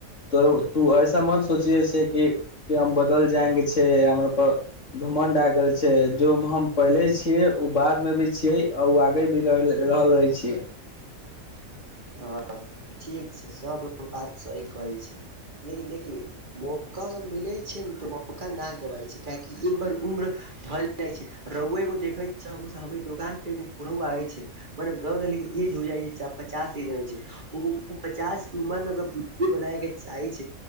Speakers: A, on the left; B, on the right.
A: तोर तू ऐसा मत सोचिये छै कि। कि हम बदल जाएंगे छै हमराप। घुमण्ड आ गेल छै जो मे हम पहिले छीय उ बाद में भी छीये आ ओ आगे भी। रहल रहै छी।
B: ह ठीक छै सब बात सही कहै छी। ल देखि। मौका मिलै छै ने तऽ मौका न गबााय छै काहकि एक बार उम्र। ढल जाइ छै रहुए एगो देखे छी हमर दोकान पे एगो रहु आबै छै। मने ब्र ईज हो जाइ पचास ईज होइ छै। ओ पचास क उमर मे ओकर बू बनाय के चाहे छै।